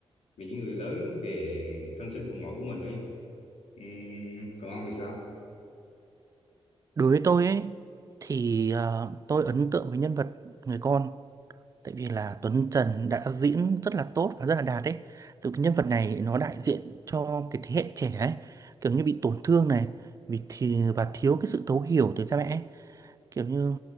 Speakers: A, on the left; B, on the right.
A: về những người lớn về thân sinh phụ mẫu của mình ấy Ừm, còn ông thì sao
B: đối với tôi ấy thì ờ, tôi ấn tượng với nhân vật người con tại vì là Tuấn Trần đã diễn rất là tốt và rất là đạt ấy từ cái nhân vật này nó đại diện cho cái thế hệ trẻ ấy kiểu như bị tổn thương này vì thì và thiếu cái sự thấu hiểu từ cha mẹ ấy. kiểu như